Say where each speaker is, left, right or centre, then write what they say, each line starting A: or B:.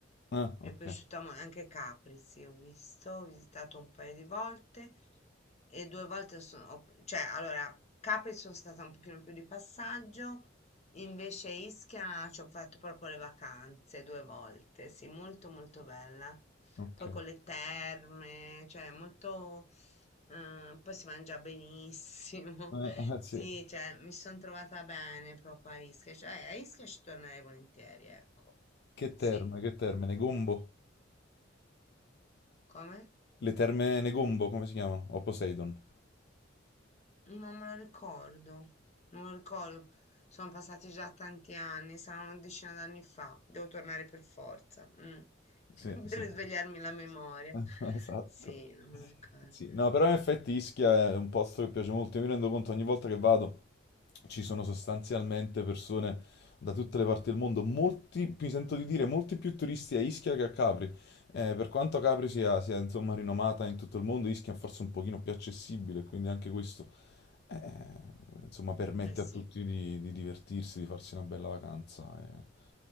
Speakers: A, on the left (about 60°); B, on the left (about 35°).
A: Ah, ok,
B: Mi è piaciuta mo- anche Capri, sì, ho visto, ho visitato un paio di volte e due volte sono, ho- cioè, allora, Capri sono stata un pochino più di passaggio, invece Ischia ci ho fatto proprio le vacanze due volte, sì, molto molto bella
A: ok.
B: poi
A: Eh,
B: con le terme, cioè molto, eh, poi si mangia benissimo.
A: eh,
B: <laughs>
A: sì.
B: Sì, cioè mi sono trovata bene proprio a Ischia, cioè eh, a Ischia ci tornerei volentieri, ecco.
A: Che
B: Sì,
A: terme, che terme, Negombo?
B: come?
A: Le terme Negombo, come si chiamano? O Poseidon?
B: Non me lo ricordo, non me lo ricordo. Sono passati già tanti anni, saranno una decina d'anni fa. Devo tornare per forza, mm,
A: Sì,
B: <laughs>
A: sì.
B: per risvegliarmi la memoria.
A: <laughs> Esatto.
B: Sì, non me lo ricordo.
A: Sì, no, però in effetti Ischia è un posto che piace molto. Io mi rendo conto ogni volta che vado ci sono sostanzialmente persone da tutte le parti del mondo. Molti, mi sento di dire, molti più turisti a Ischia che a Capri. Eh, per quanto Capri sia, sia, insomma rinomata in tutto il mondo, Ischia è forse un pochino più accessibile, quindi anche questo eh, insomma permette
B: Eh sì.
A: a tutti di, di divertirsi, di farsi una bella vacanza. eh.